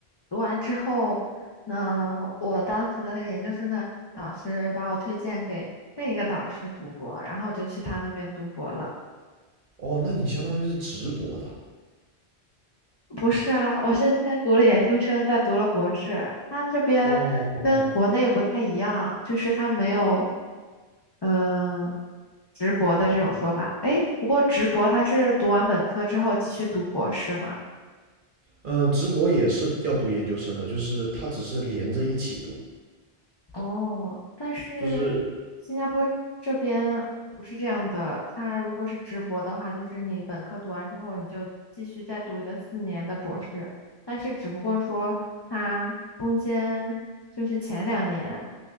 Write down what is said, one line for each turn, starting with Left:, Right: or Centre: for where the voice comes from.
Left: 读完之后呢，我当时的那个研究生的导师把我推荐给另一个导师读博，然后我就去他那边读博了。
Right: 哦，那你相当于是直博的。
Left: 不是啊，我是先读了研究生，再读了博士。他这边跟国内不太一样，
Right: 哦哦，哦，
Left: 就是他没有嗯、呃直博的这种说法。诶，不过直博他是读完本科之后继续读博士吗？
Right: 嗯，直博也是要读研究生的，就是它只是连着一起读，
Left: 哦，但是新加坡这边不是这样的，
Right: 就是
Left: 它如果是直博的话，就是你本科读完之后，你就继续再读一个四年的博士，但是只不过说它中间就是前两年，